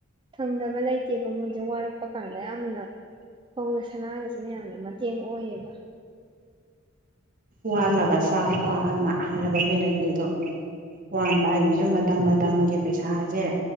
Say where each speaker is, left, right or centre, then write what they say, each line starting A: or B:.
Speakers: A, on the right; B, on the right.
A: ꯐꯪꯗꯕ ꯂꯩꯇꯦꯕ ꯃꯣꯏꯁꯦ ꯋꯥꯔꯛꯄ ꯀꯥꯟꯗ ꯌꯥꯝꯅ ꯐꯧꯗ ꯁꯅꯥꯒꯁꯤꯅ ꯌꯥꯝꯅ ꯃꯇꯦꯡ ꯑꯣꯏꯌꯦꯕ
B: ꯋꯥꯜꯂꯒ ꯆꯥ ꯄꯑꯅ ꯍꯥꯏꯕ ꯃꯤꯅꯗꯤ ꯑꯗꯣ ꯋꯥꯟꯕ ꯍꯥꯏꯁꯤꯁꯨ ꯃꯇꯝ ꯃꯇꯝꯒꯤ ꯄꯩꯁꯥꯁꯦ